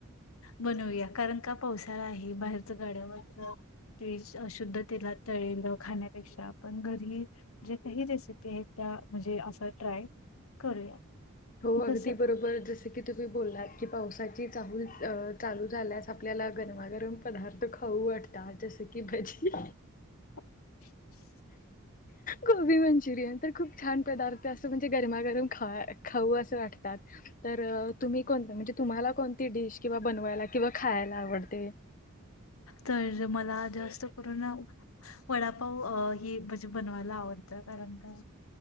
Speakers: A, on the left; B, on the left.
A: बनवूया कारण का पावसाळा आहे बाहेरच गाड्यावरचं अशुद्ध तेलात तळलेलं खाण्यापेक्षा आपण घरी जे काही रेसिपी आहेत म्हणजे अस ट्राय करूया
B: हो अगदी
A: तस
B: बरोबर जस की तुम्ही बोलात की पावसाची चाहूल चालू झाल्यास आपल्याला गरमागरम पदार्थ खाऊ वाटतात जसे की भज़ी
A: <inaudible>
B: गोबी मंचुरियन तर खूप छान पदार्थ असं म्हणजे गरमागरम खा खाऊ असं वाटतात तर तुम्ही कोणत म्हणजे तुम्हाला कोणती डिश किंवा बनवायला किंवा खायला आवडते
A: तर मला जास्त करून वडापाव अ हे बनवायला आवडत कारण कां